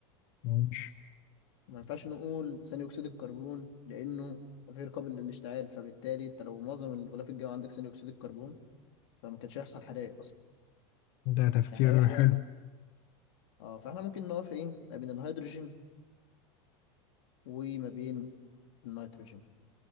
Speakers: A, on the left; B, on the left.
A: ماشي
B: ما ينفعش نقول ثاني اكسيد الكربون لانه غير قابل للاشتعال فبالتالي انت لو معظم الغلاف الجوي عندك ثاني اكسيد الكربون فما كانش هيحصل حرائق اصلا
A: ده تفكير
B: يعني اي حريقه
A: حلو
B: اه فاحنا ممكن نقف ايه ما بين الهيدروجين وما بين النيتروجين